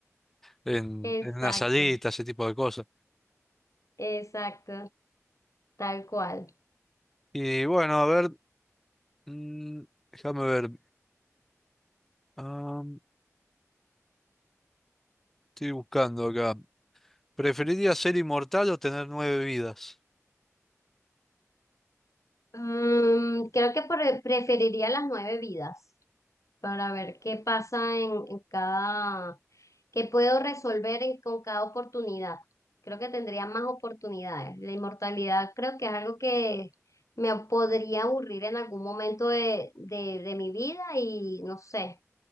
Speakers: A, in the centre; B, on the left.
A: en,
B: Exacto,
A: en una salita, ese tipo de cosas.
B: exacto. Tal cual.
A: Y bueno, a ver, mm, déjame ver. Ah, estoy buscando acá. ¿Preferiría ser inmortal o tener nueve vidas?
B: Mm, creo que pre- preferiría las nueve vidas para ver qué pasa en, en cada, qué puedo resolver en- con cada oportunidad. Creo que tendría más oportunidades. La inmortalidad creo que es algo que me podría aburrir en algún momento de, de, de mi vida y no sé,